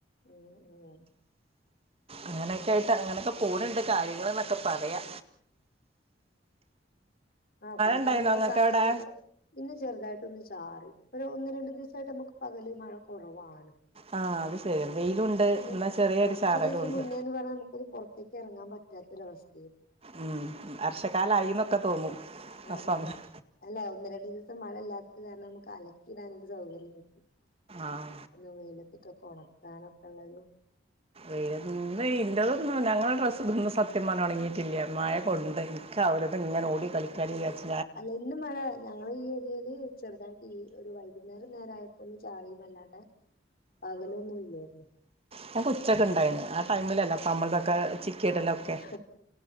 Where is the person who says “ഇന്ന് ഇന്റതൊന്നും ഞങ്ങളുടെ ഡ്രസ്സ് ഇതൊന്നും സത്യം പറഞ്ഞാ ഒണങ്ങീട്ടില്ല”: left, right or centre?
Right